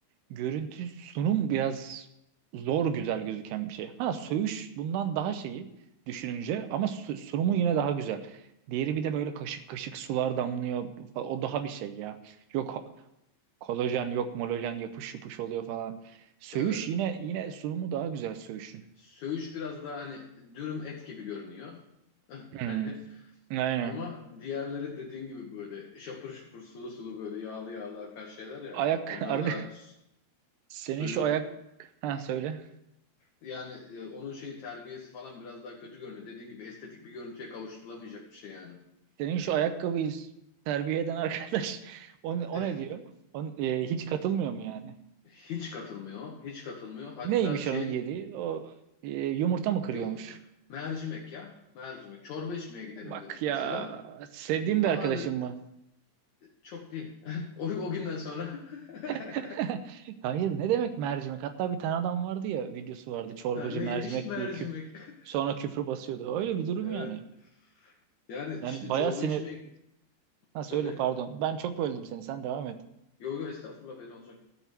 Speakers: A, on the right; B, on the left.
A: Görüntü sunum biraz zor güzel gözüken bir şey. Ha söğüş bundan daha şeyi düşününce ama su- sunumu yine daha güzel. Diğeri bir de böyle kaşık kaşık sular damlıyor. O daha bir şey ya. Yok kolajen yok molajen yapış yapış oluyor falan. Söğüş
B: tabii
A: yine yine sunumu daha güzel söğüşün.
B: söğüş biraz daha hani dürüm et gibi görünüyor <laughs>
A: Hmm,
B: hani
A: aynen.
B: ama diğerleri dediğin gibi böyle şapır şupur sulu sulu böyle yağlı yağlı akan şeyler ya
A: Ayak
B: onlar
A: <laughs> arka
B: daha s-
A: senin
B: suyu
A: şu ayak ha söyle.
B: yani e, onun şeyi terbiyesi falan biraz daha kötü görünüyor dediğin gibi estetik bir görüntüye kavuşturulamayacak bir şey yani.
A: Senin şu ayakkabıyı terbiye eden arkadaş <laughs> o, o
B: <laughs>
A: ne diyor? O, e, hiç katılmıyor mu yani?
B: Hiç katılmıyor. Hiç katılmıyor. Hatta
A: Neymiş
B: şey
A: onun yediği? O e, yumurta mı kırıyormuş?
B: Yo, mercimek ya. Mercimek. Çorba içmeye gidelim
A: Bak
B: dedik
A: ya
B: mesela.
A: sevdiğim
B: Aa
A: bir arkadaşım
B: de-
A: mı?
B: çok değil. <laughs> O, o günden sonra. <laughs>
A: <laughs> Hayır ne demek mercimek? Hatta bir tane adam vardı ya videosu vardı çorbacı
B: Ha, Neymiş?
A: mercimek
B: Mercimek.
A: diye küp
B: <laughs>
A: sonra küfür basıyordu. Öyle bir durum
B: Evet.
A: yani.
B: Yani
A: Yani
B: işte
A: bayağı
B: çorba
A: sinir.
B: içmeye
A: Ha
B: söyle.
A: söyle pardon. Ben çok böldüm seni. Sen devam et.
B: Yo yo estağfurullah benim olacak.